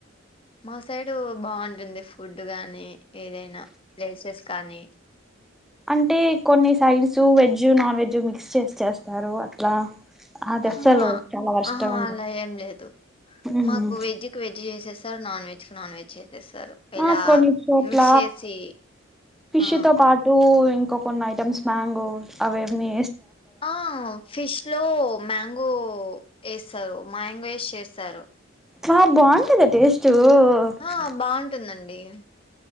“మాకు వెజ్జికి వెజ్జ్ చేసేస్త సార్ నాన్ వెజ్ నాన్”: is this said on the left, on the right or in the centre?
Left